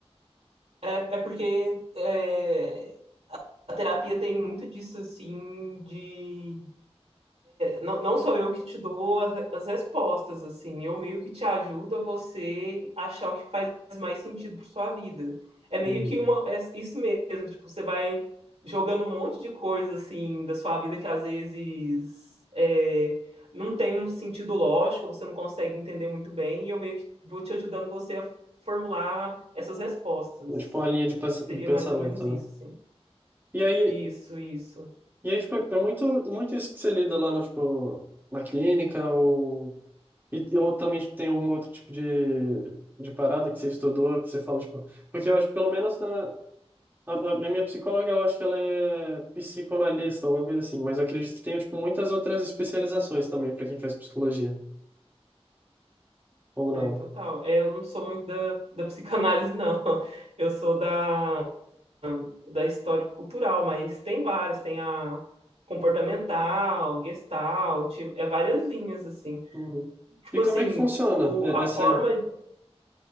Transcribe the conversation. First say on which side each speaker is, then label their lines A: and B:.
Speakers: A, on the right; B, on the right.
A: é, é porque é, a terapia tem muito disso, assim, de Não, não sou eu que te dou as, as respostas, assim, eu meio que te ajudo a você achar o que faz mais sentido para sua vida. É meio
B: Uhum.
A: que uma, é isso mesmo, tipo, você vai jogando um monte de coisa, assim, da sua vida que às vezes é, não tem um sentido lógico, você não consegue entender muito bem, e eu meio que vou te ajudando você a formular essas respostas.
B: Tipo, uma linha de,
A: Acho
B: pens-
A: que seria
B: de pensamento,
A: mais ou menos
B: né?
A: isso, sim.
B: E aí,
A: Isso, isso.
B: e aí, tipo, é muito, muito isso que você lida lá, no, tipo, na clínica ou... E, ou também, tipo, tem algum outro tipo de, de parada que você estudou, que você fala, tipo... Porque eu acho, que pelo menos na, A, a- a minha psicóloga, eu acho que ela é psicanalista, alguma coisa assim, mas eu acredito que tenha, tipo, muitas outras especializações também para quem faz psicologia, ou
A: É,
B: não.
A: total. É, eu não sou muito da, da psicanálise, não. <laughs> Eu sou da, da histórico-cultural, mas tem várias. Tem a comportamental, gestalt, é várias linhas, assim.
B: Uhum.
A: Tipo
B: E como
A: assim,
B: é que funciona
A: o,
B: e-
A: a
B: essa
A: forma
B: aí?